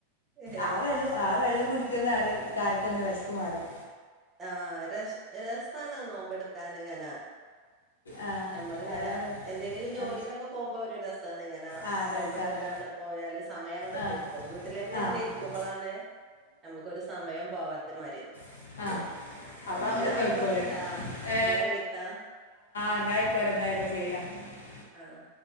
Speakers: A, on the right (about 20°); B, on the left (about 70°).
A: ഏഹ്
B: അ വെള്ളം ആ വെള്ളം കുടി <unintelligible> കാരക്കന്ന തിന്ന വെശപ്പ് മാറി.
A: ആഹ രസാണ് നോമ്പ എടുക്കൻ ഇങ്ങനാ.
B: ആ
A: നമ്മള് ങ്ങനെ
B: അതാണ്
A: എന്തെങ്കിലും ജോലിക്കൊക്കെ
B: ആ
A: പോകുമ്പോ ഒരു രസ. ഇങ്ങനെ
B: ആ രസാണ്
A: നോമ്പിടുത്ത്ങ്ങണ്ട് പോയാല് സമയം അങ്ങട്ട്
B: ആ
A: പൊയ്ക്കോളും വീട്ട്ലെന്നെങ്ങനെ
B: ആ
A: ഇരിക്കുമ്പളാണ്.
B: കിട്ടും
A: നമുക്കൊരു സമയം പോവാത്ത മരി.
B: <inaudible> അങ്ങനെ
A: ന്നാ അയ്ക്കോട്ടെ
B: പോയിക്കോളും
A: ട്ടോ
B: ഏ
A: പിന്നെ വിളിക്കാ.
B: <unintelligible>
A: ആ ആ